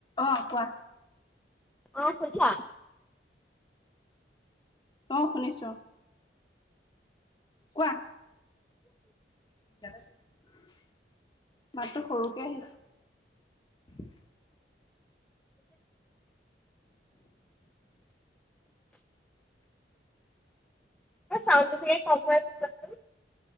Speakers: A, on the left; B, in the centre.
A: অ কোৱা।
B: অ শুনিছা?
A: অহ শুনিছো। কোৱা। দাদা কি কৰিছে! মাততো সৰুকে আহিছে
B: চাউনটো চাগে কম হৈ আছে <unintelligible>